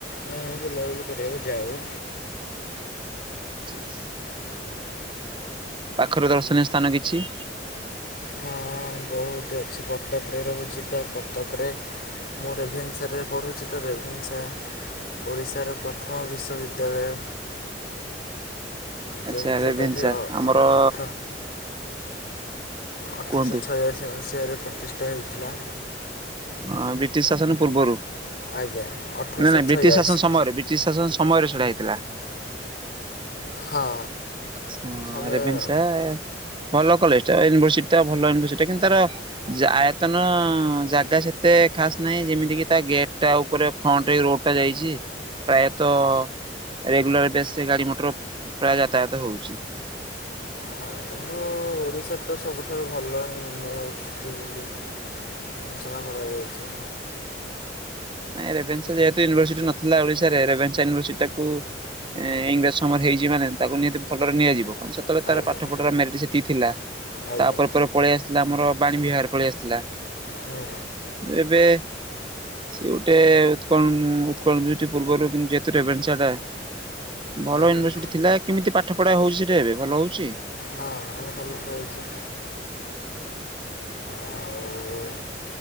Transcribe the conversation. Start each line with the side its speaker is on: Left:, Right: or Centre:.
Left: ନାଇଁ ଏ ବୁଲା ବୁଲି କରିବାକୁ ଯାଉ।
Right: ଛାସ୍ ପାଖରେ ଦର୍ଶନୀୟ ସ୍ଥାନ କିଛି?
Left: ହଁ ବୋହୁତ ଅଛି କଟକରେ ରହୁଚି ତ କଟକରେ ମୁଁ ରେଭେନ୍ସାରେ ପଢ଼ୁଚି ତ ରେଭେନ୍ସା ଓଡ଼ିଶାର ପ୍ରଥମ ବିଶ୍ଵବିଦ୍ୟାଳୟ। ଯେଉଁ
Right: ଆଛା
Left: ଯେଉଁଟାକି
Right: ରେଭେନ୍ସା ଆମର
Left: ଅଠ ଅଠରଶହ
Right: କୁହନ୍ତୁ
Left: ଛୟାଅଶୀ ମସିହାରେ ପ୍ରତିଷ୍ଠା ହେଇଥିଲା।
Right: ହଁ ବ୍ରିଟିଶ ଶାସନ ପୂର୍ବରୁ ନାଇଁ
Left: ଆଜ୍ଞା ଅଠରଶହ
Right: ନାଇଁ
Left: ଛୟାଅଶୀ
Right: ବ୍ରିଟିଶ ଶାସନ ସମୟରେ ବି ଟିସ୍ ଶାସନ ସମୟରେ ସେଟା ହେଇଥିଲା।
Left: ହଁ।
Right: ଆଛା ହଁ
Left: ଆମେ
Right: ରେଭେନ୍ସା ଭଲ କଲେଜଟା ୟୁନିଭର୍ସିଟିଟା ଭଲ ୟୁନିଭର୍ସିଟିଟା କିନ୍ତୁ ତାର ଜା ଆୟତନ ଜାଗା ସେତେ ଖାସ ନାହିଁ ଯେମିତି କି ତା ଗେଟଟା ଉପରେ ଫ୍ରଣ୍ଟରେ ରୋଡଟା ଯାଇଚି ପ୍ରାୟତଃ ରେଗୁଲାର ବେସରେ ଗାଡି ମଟର ପ୍ରାୟ ଯାତାୟାତ ହୋଉଚି।
Left: ହଁ କିନ୍ତୁ ଓଡ଼ିଶାର ତ ସବୁଠାରୁ ଭଲ ୟୁନିଭର୍ସିଟି ବୋଲି ସୁଚନା କରାଯାଇଚି।
Right: ନାଇଁ ରେଭେନ୍ସା ଯେହେତୁ ୟୁନିଭର୍ସିଟି ନଥିଲା ଓଡିଶାରେ ରେଭେନ୍ସା ୟୁନିଭର୍ସିଟିଟାକୁ ଏ ଇଂରେଜ ସମୟରେ ହେଇଚି ମାନେ ତାକୁ ନିହାତି ଭଲରେ ନିଆଯିବ। ଅଁ ସେତଳେ ତାର
Left: ଆଜ୍ଞା
Right: ପାଠପଢାର ମେରିଟି ସେତିକି ଥିଲା
Left: ଆଜ୍ଞା
Right: ତାପରେ ପରେ ପଳେଇ ଆସଥିଲା ଆମର ବାଣୀ ବିହାରରେ ପଳେଇ ଆସଥିଲା।
Left: ହୁଁ
Right: ଏବେ ସିଏ ଗୋଟେ ଉତ୍କଳ ଉଁ ଉକଳ ୟୁନିଟି ପୂର୍ବରୁ କିନ୍ତୁ ଯେହେତୁ ରେଭେନ୍ସାଟା ଭଲ
Left: ଆଜ୍ଞା
Right: ୟୁନିଭର୍ସିଟି ଥିଲା କେମିତି ପାଠ ପଢା ହୋଉଛି ସେଟା ଏବେ ଭଲ ହୋଉଛି।
Left: ହଁ ଆମେ ଭଲ ହୋଉଛି। ଆଉ